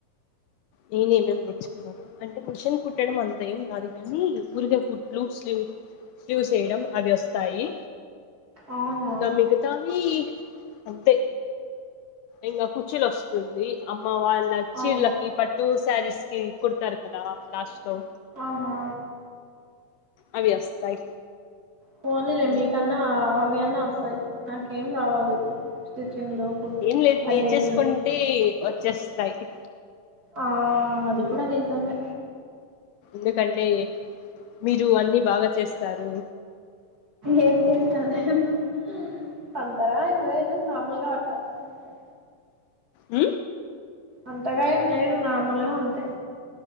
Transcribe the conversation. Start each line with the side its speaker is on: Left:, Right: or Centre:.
Left: నేనేమేం నేర్చుకున్నాను అంటే మిషన్ కుట్టడం అంత ఏం రాదు కాని ఊరిగా ఫుట్లు స్లీవ్ చూసేయడం అవి వస్తాయి
Right: అవునా
Left: ఇంగ మిగతావి అంతే ఇంకా కుచులు వస్తుంది అమ్మ వాళ్ళ చీర్లకి
Right: అవును
Left: పట్ సారీస్ కీ కూడతరూ కదా లాస్టులో
Right: ఆహా
Left: అవి వస్తాయి
Right: పోనీలే
Left: ఉమ్.
Right: మీ కన్నా అవయాన్న వస్తాయి నాకేం రావు అవి స్టిచ్చింగ్లు కుట్టు
Left: ఏం లేదు
Right: పల్లేటివి
Left: నేర్చుసుకుంటే వచ్చేస్తాయి
Right: ఆ అది
Left: ఉమ్.
Right: కూడా నిజమే
Left: ఎందుకంటే మీరు అన్ని బాగా చేస్తారు
Right: ఏం చేస్తా నేను పందర అన అదు నార్మల్ గా అంతే
Left: ఉ
Right: అంతగా ఏం లేదు నార్మల్గా అంతే